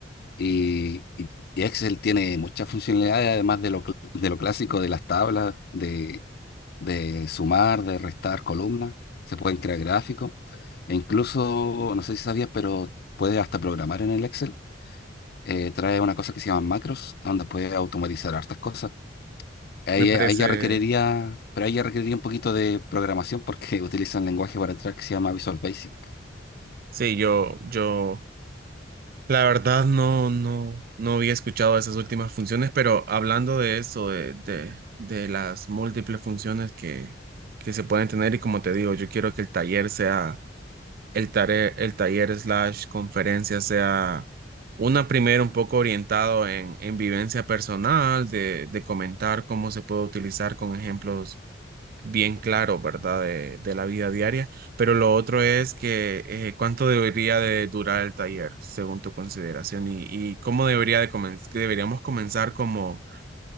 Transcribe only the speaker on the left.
y, y- y Excel tiene muchas funcionalidades, además de lo, cl- de lo clásico de las tablas, de, de sumar, de restar columnas, se pueden crear gráficos, e incluso, no sé si sabías, pero puedes hasta programar en el Excel. eh, trae una cosa que se llama macros, donde puedes automatizar hartas cosas. Ahí,
ahí ya requeriría, pero ahí ya requeriría un poquito de programación porque <laughs> utiliza un lenguaje para entrar que se llama Visual Basic.